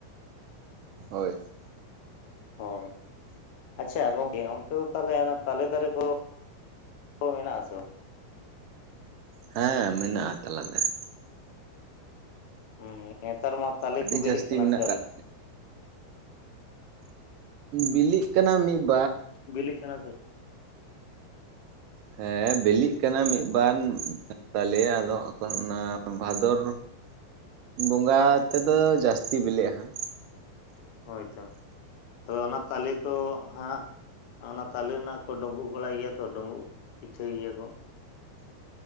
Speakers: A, on the right; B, on the left.
A: ᱦᱳᱭ ᱾
B: ᱚ, ᱟᱪ--ᱪᱷᱟ ᱜᱚᱝᱠᱮ ᱚᱱᱛᱮ ᱫᱚ ᱛᱟᱞᱦᱮ ᱚᱱᱟ ᱛᱟᱞᱮᱹ ᱫᱟᱨᱮᱹᱠᱚ, ᱦᱳᱭ ᱚᱱᱟ ᱟᱥᱚᱨ ᱾
A: ᱦᱮᱸ, ᱢᱮᱱᱟᱜᱼᱟ ᱛᱟᱞᱟ ᱛᱮ ᱾
B: ᱦᱩ, ᱱᱮᱛᱟᱨ ᱢᱟ ᱛᱟᱞᱮᱹ
A: ᱟᱹᱰᱤ
B: ᱠᱚ ᱵᱮᱹᱞᱮᱹᱜ
A: ᱡᱟᱹᱥᱛᱤ
B: ᱠᱟᱱᱟ
A: ᱢᱮᱱᱟᱜ
B: ᱥᱮ
A: ᱟᱠᱟᱫ
B: ᱟᱭᱟ?
A: ᱵᱤᱞᱤᱜ ᱠᱟᱱᱟ ᱢᱤᱫ ᱵᱟᱨ ᱾
B: ᱵᱮᱹᱞᱮᱹᱜ ᱠᱟᱱᱟ ᱥᱮ?
A: ᱦᱮᱸ, ᱵᱮᱹᱞᱤᱜ ᱠᱟᱱᱟ ᱢᱤᱫᱵᱟᱨ ᱾ ᱛᱟᱞᱮᱭᱟ ᱟᱫᱚ, ᱚᱫᱚ ᱚᱱᱟ ᱵᱷᱟᱫᱚᱨᱼᱼ ᱵᱚᱸᱜᱟ ᱛᱮᱫᱚ ᱡᱟᱥᱛᱤ ᱵᱮᱹᱞᱮᱹᱜ ᱟ ᱦᱟᱸᱜ ᱾
B: ᱦᱳᱭᱛᱚ, ᱟᱫᱚ ᱚᱱᱟ ᱛᱟᱞᱮᱹ ᱫᱚ ᱦᱟᱸᱜᱼᱼ ᱚᱱᱟ ᱛᱟᱞᱮᱹ ᱨᱮᱱᱟᱜ ᱠᱚ ᱰᱳᱸᱵᱩᱜ ᱵᱟᱲᱟᱭ ᱜᱮᱭᱟ ᱛᱚ, ᱰᱳᱸᱵᱩᱜ ᱯᱤᱴᱷᱟᱹᱭ ᱜᱮᱭᱟ ᱠᱚ ᱾